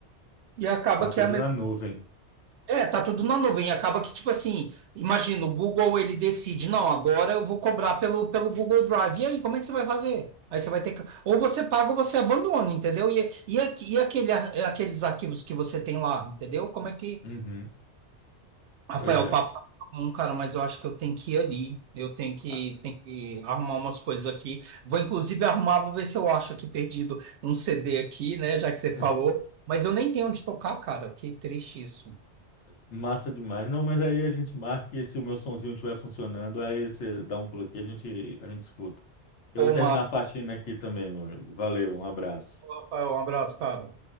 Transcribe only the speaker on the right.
E acaba
que é a mesma
É, tá tudo na nuvem. Acaba que, tipo assim, imagina, o Google ele decide, não, agora eu vou cobrar pelo, pelo Google Drive. E aí, como é que você vai fazer? Aí você vai ter que. Ou você paga ou você abandona, entendeu? E, e, aqu- e aquele, ar- aqueles arquivos que você tem lá, entendeu? Como é que,
Rafael,
o papo tá bom, cara, mas eu acho que eu tenho que ir ali. Eu tenho que,
tenho que arrumar umas coisas aqui. Vou inclusive arrumar, vou ver se eu acho aqui perdido um CD aqui, né? Já que você falou.
Mas eu nem tenho onde tocar, cara. Que triste isso.
Ô,
Marcelo,
Rafael, um abraço, cara.